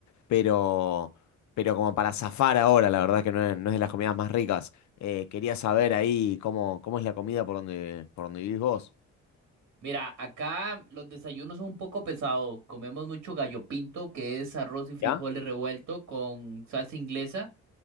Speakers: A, on the left (about 70°); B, on the right (about 60°).
A: pero, pero como para zafar ahora, la verdad que no es, no es de las comidas más ricas. Eh, quería saber ahí cómo, cómo es la comida por donde, por donde vivís vos.
B: Mira, acá los desayunos son un poco pesados, comemos mucho gallo pinto, que es arroz y frijoles
A: ¿Ya?
B: revuelto con salsa inglesa,